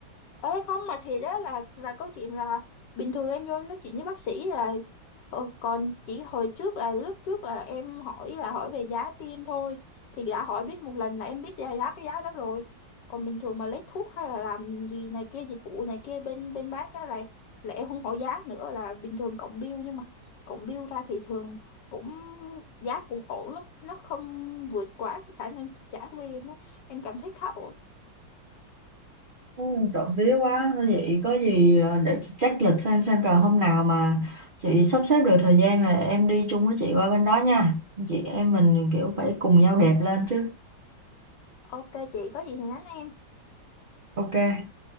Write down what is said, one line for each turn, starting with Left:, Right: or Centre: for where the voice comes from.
Left: Ê không mà thì đó là là câu chuyện là bình thường em vô em nói chuyện với bác sĩ là ờ, còn chỉ hồi trước là lúc trước là em hỏi là hỏi về giá tiêm thôi thì đã hỏi biết một lần là em biết giá, giá cái giá đó rồi còn bình thường mà lấy thuốc hay là làm gì này kia dịch vụ này kia bên bên bác á là là em không hỏi giá nữa là bình thường cộng bill nhưng mà cộng bill ra thì thường cũng giá cũng ổn lắm nó không vượt quá cái khả năng chi trả của em á em cảm thấy khá ổn
Right: ừ, trộm vía quá thôi vậy có gì ờ, để chị check lịch xem xem còn hôm nào mà chị sắp xếp được thời gian là em đi chung với chị qua bên đó nha chị em mình kiểu phải cùng nhau đẹp lên chứ
Left: ok chị có gì thì nhắn em
Right: ok